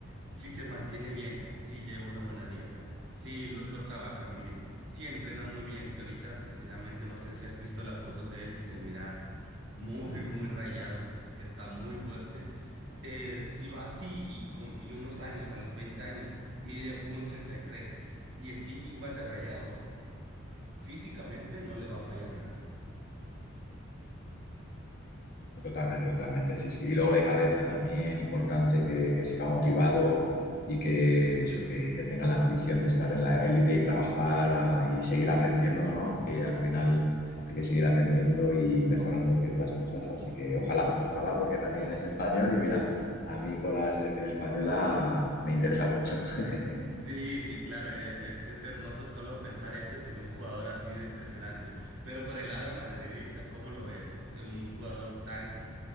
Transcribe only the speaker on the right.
Si se mantiene bien, si lleva una buena dieta, si lo lo trabajan bien. Sí, entrena muy bien, que ahorita sinceramente no sé si has visto las fotos de él, se mira <laughs> muy, muy rayado, está muy fuerte. Eh, si va así y, con, y unos años, a los 20 años, mide 1,83 y tres y sigue igual de rayado, físicamente no le va a fallar nada.
Sí, sí, claro, e- es, es hermoso solo pensar ese, tenía un jugador así de impresionante, pero por el lado madridista, ¿cómo lo ves? Un jugador tan